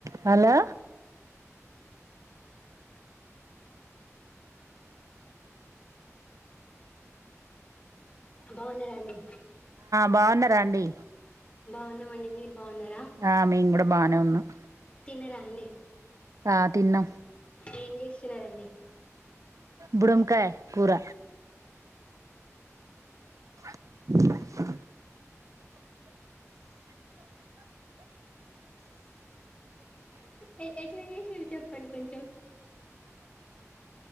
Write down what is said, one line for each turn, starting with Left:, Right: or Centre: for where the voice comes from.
Right: hello
Left: బాగునరండి
Right: బాగునరండి
Left: బాగున్నాము అండి మీరు బాగున్నారా
Right: ఆ మిం కూడా బానే ఉన్నాం
Left: తినరాండి
Right: ఆ తిన్న
Left: ఏం చేస్తున్నారండి
Right: బుడంకాయ కూర అ
Left: ఎ ఎట్లా చేసిన్లు చెప్పండి కొంచెం